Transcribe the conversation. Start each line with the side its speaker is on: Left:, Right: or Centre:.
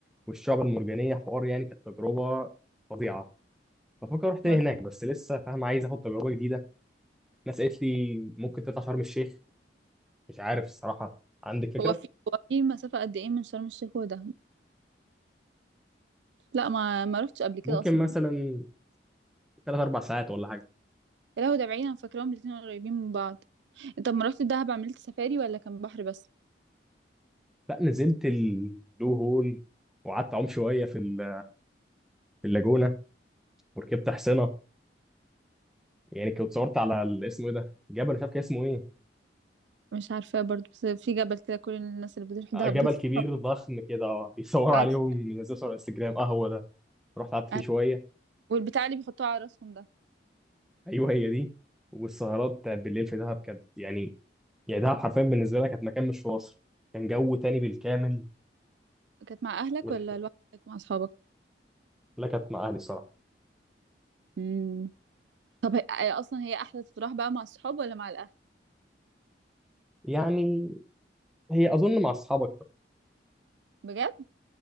Centre: والشعب المرجانية حوار يعني كانت تجربة فظيعة بفكر أروح تاني
Right: ما رحت-
Centre: هناك بس لسه فاهم عايز آخد تجربة جديدة ناس قالت لي ممكن تطلع شرم الشيخ مش عارف الصراحة عندك فكرة؟
Right: هو في هو في مسافة قد إيه من شرم الشيخ ودهب؟ لا ما ما رحتش قبل كده
Centre: ممكن
Right: أصلا
Centre: مثلا ثلاث اربع ساعات ولا حاجه
Right: يا لهوي ده بعيد أنا فاكراهم الاتنين قريبين من بعض أنت لما رحت دهب عملت سفاري ولا كان بحر بس؟
Centre: لا نزلت البلو هول وقعدت اعوم شويه في ال- في اللاجونه وركبت حصنه يعني كنت صورت على ال- اسمه ايه ده جبل مش عارف كان اسمه ايه
Right: مش عارفة برضو بس في جبل كده كل الناس اللي بتروح ده
Centre: آه، جبل
Right: بتتحط
Centre: كبير ضخم كده اه بيصور
Right: عارفة
Centre: عليهم ينزلوا صور على انستجرام اه هو ده رحت قعدت فيه
Right: عارفة.
Centre: شويه
Right: والبتاع اللي بيحطوه على راسهم ده
Centre: ايوه هي دي والسهرات بتاعت بالليل في دهب كانت يعني يعني دهب حرفيا بالنسبه لي كانت مكان مش في مصر كان جو تاني بالكامل
Right: كانت مع أهلك
Centre: والح-
Right: ولا لوحدك مع أصحابك؟
Centre: لا كانت مع اهلي الصراحه
Right: مم. طب هي... هي أصلا هي أحلى تروح بقى مع الصحاب ولا مع الأهل؟
Centre: يعني هي اظن مع اصحابك
Right: بجد؟